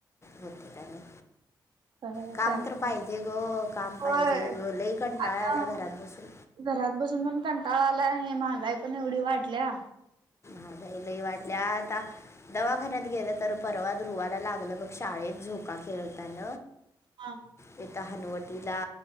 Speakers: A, on the left; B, on the right.
A: होत काय नाही
B: हा
A: काम
B: चालते
A: तर पाहिजे ग काम
B: होय
A: पाहिजे लई कंटाळा
B: आता
A: आला ये घरात बसून.
B: घरात बसून पण कंटाळा आला नाही महागाई पण एवढी वाढल्या
A: मगाईलही वाटल्या आता दवाखान्यात गेलं तर परवा रुवायला लागलं बग शाळेत झोका खेळतान
B: हा.
A: येथ हनुवटीला